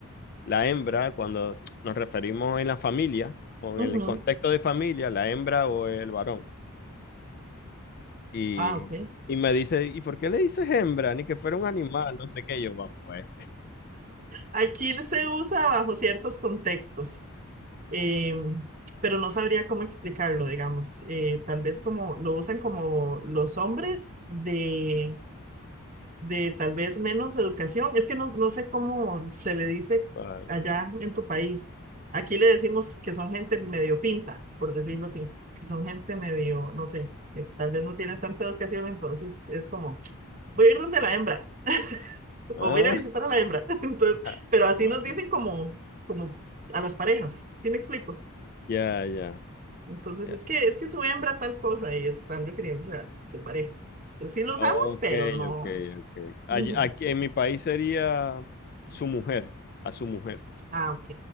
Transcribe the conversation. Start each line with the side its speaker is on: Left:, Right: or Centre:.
Left: la hembra cuando nos referimos en la familia, o
Right: ujú,
Left: en el contexto de familia, la hembra o el varón. Y,
Right: Ah, ok.
Left: y me dice, ¿y por qué le dices hembra? Ni que fuera un animal, no sé qué. Yo, va, pues,
Right: Aquí se usa bajo ciertos contextos. eh, pero no sabría cómo explicarlo, digamos. Eh, tal vez como lo usan como los hombres de, de tal vez menos educación. Es que no, no sé cómo se le dice
Left: vale.
Right: allá en tu país. Aquí le decimos que son gente medio pinta, por decirlo así, que son gente medio, no sé, que tal vez no tiene tanta educación, entonces es como, voy a ir donde la hembra,
Left: Ah,
Right: o voy a ir a visitar a la hembra. <laughs> Entonces,
Left: <laughs>
Right: pero así
Left: vale.
Right: nos dicen como, como a las parejas, ¿sí me explico?
Left: Ya, ya,
Right: Entonces,
Left: ya.
Right: es que, es que su hembra tal cosa y están refiriéndose a su pareja. Pues sí lo usamos,
Left: Ok,
Right: pero no.
Left: ok, ok.
Right: Ujú.
Left: Allí- aquí en mi país sería su mujer, a su mujer.
Right: Ah, ok.